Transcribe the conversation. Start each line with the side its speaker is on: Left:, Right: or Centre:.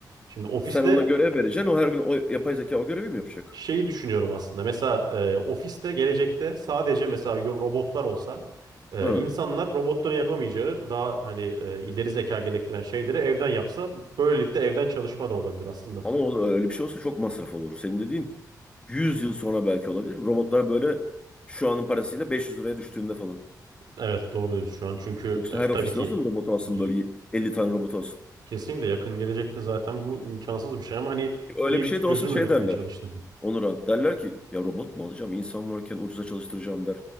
Right: Şimdi ofiste
Left: Sen ona görev vereceksin o her gün o yapay zeka o görevi mi yapacak?
Right: şeyi düşünüyorum aslında. Mesela e, ofiste gelecekte sadece mesela yo- robotlar olsa e,
Left: Hı.
Right: insanlar robotların yapamayacağı daha hani e, ileri zeka gerektiren şeyleri evden yapsa böylelikle evden çalışma da olabilir aslında.
Left: Ama o- öyle bir şey olsa çok masraf olur. Senin dediğin 100 yıl sonra belki olabilir. Robotlar böyle şu anın parasıyla 500 liraya düştüğünde falan.
Right: Evet doğru diyorsun şu an çünkü
Left: Yoksa
Right: e,
Left: her
Right: tabii
Left: ofis
Right: ki
Left: nasıl robot alsın
Right: y-
Left: böyle 50 tane robot alsın.
Right: kesinlikle yakın gelecekte zaten bu imkansız bir şey ama hani
Left: Öyle
Right: bir
Left: bir şey
Right: çözüm
Left: de olsa şey
Right: üretmeye
Left: derler.
Right: çalıştım.
Left: Onuran derler ki ya robot mu alacağım insan varken ucuza çalıştıracağım der.